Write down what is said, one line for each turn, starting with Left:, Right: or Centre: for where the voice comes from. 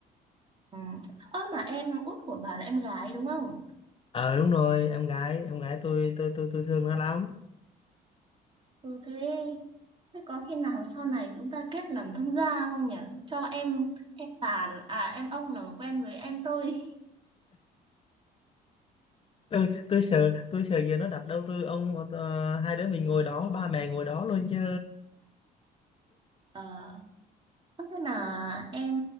Right: ừ. Ơ mà em út của bà là em gái đúng không?
Left: Ờ đúng rồi, em gái, em gái tôi tôi tôi tôi thương nó lắm
Right: Ừ thế thế có khi nào sau này chúng ta kết làm thông gia không nhỉ? Cho em em bà à em ông là quen với em tôi.
Left: tôi tôi sợ tôi sợ giờ nó đặt đâu tôi ông ờ, hai đứa mình ngồi đó ba mẹ ngồi đó luôn chứ
Right: Ờ, thế là em